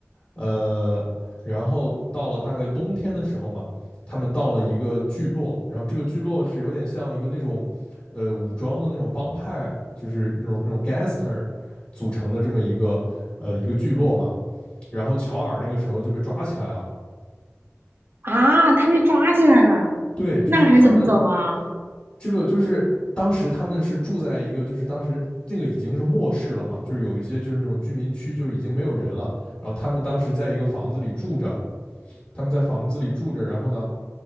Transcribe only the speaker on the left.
呃，然后到了大概冬天的时候嘛，他们到了一个聚落，然后这个聚落是有点像一个那种，呃，武装的那种帮派，就是那种那种 gangster 组成的这么一个呃一个聚落嘛，然后乔尔那个时候就被抓起来了。
对，就是他们
这个就是当时他们是住在一个，就是当时这个已经是末世了嘛，就是有一些就是那种居民区，就是已经没有人了。然后他们当时在一个房子里住着，他们在房子里住着。然后呢，